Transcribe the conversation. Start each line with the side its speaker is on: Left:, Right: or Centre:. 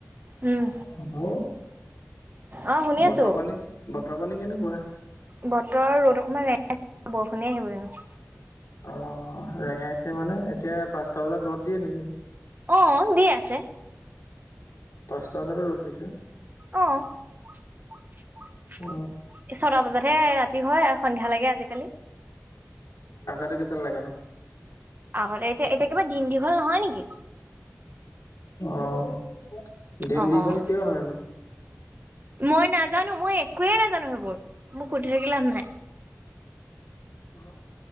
Right: উম,
Left: হেল্ল'
Right: অ', শুনি আছো
Left: বতৰ পানী বতৰ পানী কেনেকুৱা।
Right: বতৰ ৰ'দ অকণমান ৰেঙছিল বৰষুণেয় আহিব এনো।
Left: অ' ৰেঙাইছে মানে এতিয়া পাঁচটা বজাত ৰ'দ দিয়ে নেকি।
Right: অ' দি আছে।
Left: পাঁচটা বুজাটো ৰ'দ দিছে।
Right: অ' ছটা
Left: অ
Right: বজাতহে ৰাতি হয়, সন্ধিয়া লাগে, আজিকালি।
Left: আগতে কেইটাল লাগে ন।
Right: আগতে এতিয়া এতিয়া কিবা দিন দীঘল নহয় নেকি
Left: অ' দিন
Right: অ',
Left: দীঘল
Right: অ',
Left: কিয় হয় নো।
Right: মই নাজানো, মই একোৱে নাজানো, সেইবোৰ মোক সুধি থাকিল লাভ নাই।
Left: অ'